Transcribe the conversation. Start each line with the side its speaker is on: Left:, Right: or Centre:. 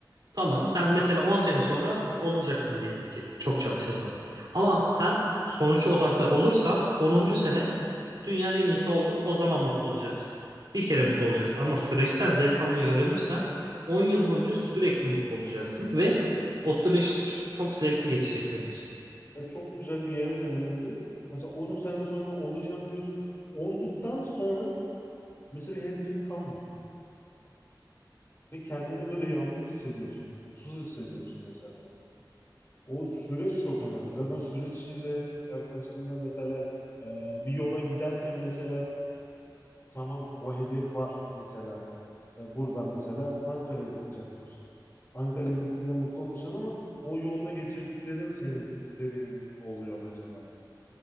Right: Tamam sen mesela 10 sene sonra olacaksın diyelim ki çok çalışırsan. Ama sen sonuç odaklı olursan onuncu sene dünyanın en iyisi oldun o zaman mutlu olacaksın. Bir kere mutlu olacaksın ama süreçten zevk almayı öğrenirsen 10 yıl boyunca sürekli mutlu olacaksın ve
Left: E Çok
Right: o süreç çok zevkli geçecek senin için.
Left: e çok güzel bir yere denendin. Mesela uzun sene sonra olacağım diyorsun mesela. Olduktan sonra mesela bir hedefin kalmıyor. Ve kendini böyle yalnız hissediyorsun, mutsuz hissediyorsun mesela. O süreç çok önemli. Zaten süreç içinde yaklaştığında mesela e, bir yola giderken mesela Tamam o hedef var mesela. E, buradan mesela Ankara'ya gideceğim diyorsun. Ankara'ya gittiğinde mutlu olacaksın ama o yolda geçirdiklerin senin deneyim oluyor mesela.